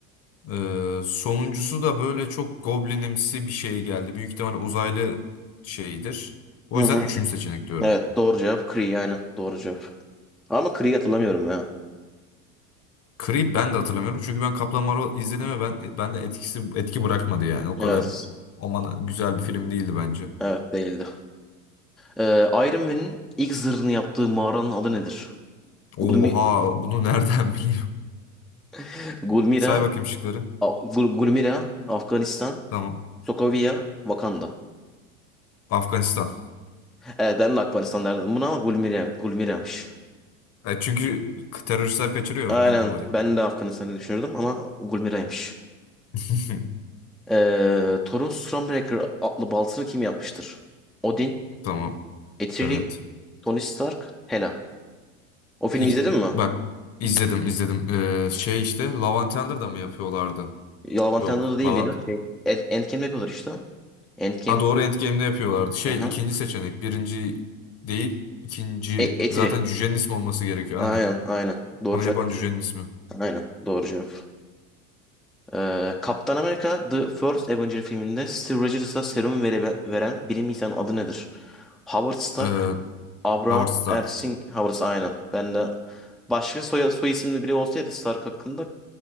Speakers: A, on the left; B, in the centre.
A: Ee, sonuncusu da böyle çok goblinimsi bir şey geldi. Büyük ihtimalle uzaylı şeyidir. O
B: Hı
A: yüzden
B: hı.
A: üçüncü seçenek diyorum.
B: Evet doğru cevap Kree aynen doğru cevap. Ama Kree'yi hatırlamıyorum ya.
A: Creed ben de hatırlamıyorum. Çünkü ben Kaplan Marvel izledim ve ben, ben de etkisi, etki bırakmadı yani. O
B: Evet.
A: kadar aman güzel bir film değildi bence.
B: Evet değildi. Ee, Iron Man'in ilk zırhını yaptığı mağaranın adı nedir?
A: Oha
B: Gulmi
A: bunu nereden <laughs> bileyim?
B: <laughs> Gulmira,
A: Say bakayım şıkları.
B: A- Gul- Gulmira, Afganistan,
A: Tamam.
B: Sokovia, Wakanda.
A: Afganistan.
B: Evet ben de Afganistan derdim buna ama Gulmira, Gulmira'ymış.
A: E, çünkü teröristler kaçırıyor
B: Aynen
A: ondan dolayı.
B: ben de Afganistanı düşünürdüm ama Gulmira'ymış.
A: <laughs>
B: Ee, Thor'un Stormbreaker adlı baltasını kim yapmıştır? Odin,
A: Tamam.
B: Eitri,
A: Evet.
B: Tony Stark, Hela. O filmi
A: İki-
B: izledin mi?
A: bak izledim izledim. Ee, şey işte Lavantender'da mı yapıyorlardı?
B: Yalan
A: Yok.
B: Tanrı da değil
A: Lavant.
B: ya. Şey. End- Endgame'de yapıyorlar işte. Endgame'de.
A: Ha doğru Endgame'de yapıyorlardı. Şey
B: Aha.
A: ikinci seçenek. Birinci değil. ikinci.
B: E Eitri.
A: Zaten cücenin ismi olması gerekiyor.
B: Aynen
A: Aynen.
B: aynen. Doğru
A: Onu
B: cevap
A: yapan
B: getir.
A: cücenin ismi.
B: Aynen doğru cevap. Ee, Kaptan Amerika The First Avenger filminde Steve Rogers'a serumu vere- veren bilim insanının adı nedir? Howard Stark,
A: Ee,
B: Abraham
A: Howard Stark.
B: Erskine Howard aynen. Ben de başka soy, soy isimli biri olsaydı Stark hakkında